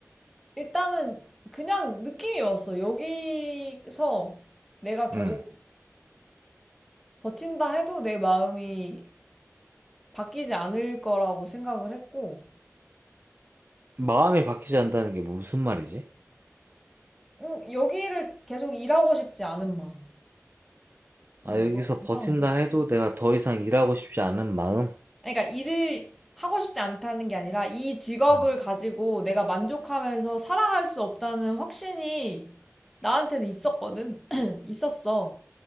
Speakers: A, in the centre; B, on the right.
A: 일단은 그냥 느낌이 왔어. 여기서 내가 계속
B: 응.
A: 버틴다 해도 내 마음이 바뀌지 않을 거라고 생각을 했고,
B: 마음이 바뀌지 않는다는 게 무슨 말이지?
A: 음, 여기를 계속 일하고 싶지 않은 마음. 음,
B: 아, 여기서
A: 뭐, 이상한데?
B: 버틴다 해도 내가 더 이상 일하고 싶지 않은 마음?
A: 아니, 그러니까 일을 하고 싶지 않다는 게 아니라 이 직업을
B: 음.
A: 가지고 내가 만족하면서 살아갈 수 없다는 확신이 나한테는 있었거든. <clears throat> 있었어.